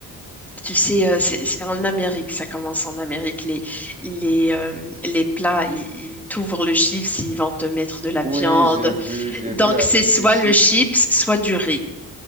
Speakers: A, in the centre; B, on the right (about 20°).
A: tu sais, euh, c'est c'est en Amérique, ça commence en Amérique, les, les, euh, les plats, ils ils t'ouvrent le chiffre, ils vont te mettre de la
B: Oui,
A: viande.
B: j'ai vu, j'ai
A: Donc,
B: vu avec
A: c'est soit
B: des chips.
A: le chips, soit du riz.